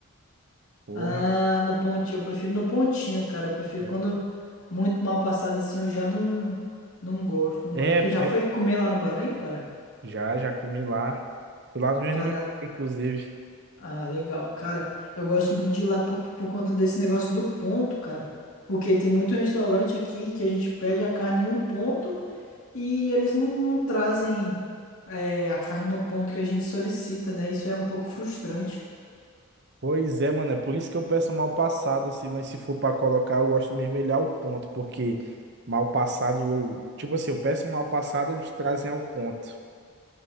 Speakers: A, on the right (about 50°); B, on the left (about 70°).
A: Porra.
B: Ah, no pontinho. Eu prefiro no pontinho, cara. Eu prefiro
A: É.
B: quando muito mal passado assim, eu já não, não gosto, não
A: É,
B: gosto. Tu já
A: é,
B: foi comer lá no Bahrein, cara?
A: já, já comi lá. Fui lá no meu
B: Cara,
A: aniversário, inclusive.
B: ah, legal. Cara, eu gosto muito de ir lá por, por conta desse negócio do ponto, cara. Porque tem muito restaurante aqui que a gente pede a carne em um ponto e eles não, não trazem. é, a carne no ponto que a gente solicita, né? Isso é um pouco frustrante.
A: Pois é, mano, é por isso que eu peço mal passado, assim, mas se for pra colocar, eu gosto de mermelhar o ponto, porque mal passado, eu- tipo assim, eu peço mal passado, eles trazem ao ponto.